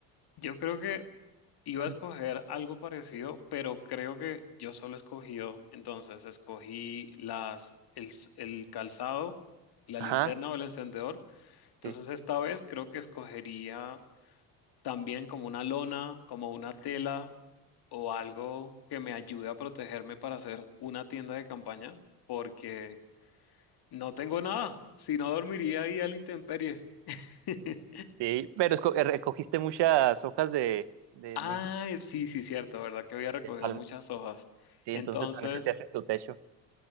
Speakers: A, on the left; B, on the right.
A: Yo creo que iba
B: <clears throat>
A: a escoger algo parecido, pero creo que yo solo he escogido, entonces escogí las, el, s- el calzado, la
B: Ajá,
A: linterna o el encendedor. Entonces
B: sí,
A: esta vez creo que escogería también como una lona, como una tela o algo que me ayude a protegerme para hacer una tienda de campaña, porque... No tengo nada, si no dormiría ahí a la intemperie. <laughs>
B: sí, pero esco- eh, recogiste muchas hojas de, de,
A: Ah,
B: me dijiste,
A: sí, sí, cierto, ¿verdad? Que había recogido
B: de palma.
A: muchas hojas.
B: Sí,
A: Entonces,
B: entonces con eso te haces tu techo.